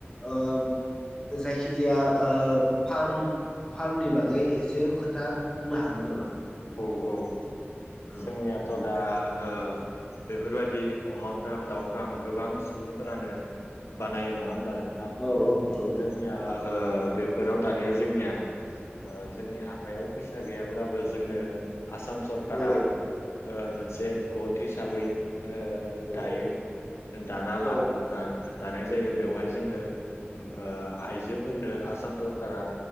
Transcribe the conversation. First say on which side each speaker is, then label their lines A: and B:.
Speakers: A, on the left; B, on the left.
A: ओ जायखिजाया ओ फार्म फार्मनि बागै एसे खोथा बुंनो हागोन नामा?
B: औ औ
A: औ
B: जोंनियाथ' दा ओ बेफोरबायदि अमा फ्राम दाउ फ्राम गोबां सुबुंफोरानो बानायो नङा होनबब्ला नोंथां
A: औ औ नंगौ
B: जोंनिया ओ बेफोराव दानिया जोंनिया ओ जोंनि आखायाव फैसा गैयाब्लाबो जोंनो आसाम सरकारा
A: औ
B: ओ मोनसे गड हिसाबै ओ
A: औ
B: दायो दाना
A: औ
B: ला दा दानाय जायो बेवहाय जोंनो ओ आइजोफोरनो आसाम सरखारा